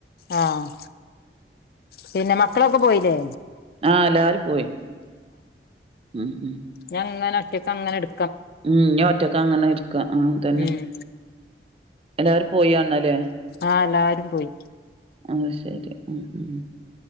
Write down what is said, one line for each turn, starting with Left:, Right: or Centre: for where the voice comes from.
Left: ആഹ് പിന്നെ മക്കളൊക്കെ പോയിലെ
Right: ആഹ് എല്ലാരും പോയി ഉം ഉം
Left: ഞങ്ങന ഒറ്റക്കങ്ങെനെ എട്
Right: ഉം ഞോറ്റക്കങ്ങനെ ഇര്ക്ക ആഹ് തന്നെ
Left: ഉം
Right: എല്ലാരും പോയാന്നാല്ലേ
Left: ആഹ് എല്ലാരും പോയി
Right: എന്നാ ശരി ഉം ഉം